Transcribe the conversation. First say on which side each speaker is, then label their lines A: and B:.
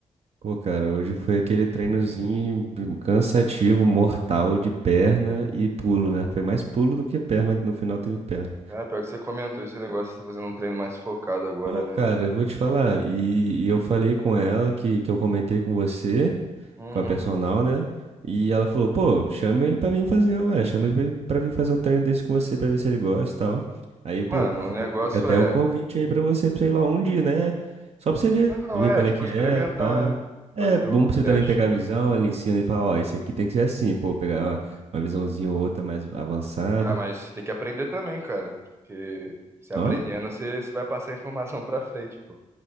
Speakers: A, on the right; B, on the right.
A: Pô, cara, hoje foi aquele treinozinho cansativo, mortal de perna e pulo,
B: Oh.
A: né? Foi mais pulo do que perna, mas no final teve perna.
B: Ah, pior que você comentou esse negócio, você tá fazendo um treino mais focado agora,
A: Pô,
B: né?
A: cara, eu vou te falar. E, e eu falei com ela que, que eu comentei com você,
B: Uhum.
A: com a personal, né? E ela falou, pô, chama ele pra vir fazer, ué, chama ele pra pra vir fazer um treino desse com você pra ver se ele gosta e tal. Aí, pô,
B: Mano,
A: fica,
B: o negócio
A: fica até
B: é,
A: o convite aí pra você, pra você ir lá um dia, né? Só pra você ver,
B: não,
A: ver
B: é
A: qual
B: tipo
A: é que
B: experimental,
A: é, pá.
B: né?
A: É
B: Fazer
A: bom
B: o
A: pra você
B: teste,
A: também pegar
B: né?
A: a visão, ela ensina e fala, ó, esse aqui tem que ser assim, pô, pegar uma uma visãozinha ou outra mais avançada.
B: Ah, mas tem que aprender também, cara, porque se aprendendo,
A: Ó.
B: você, você vai passar informação pra frente, pô.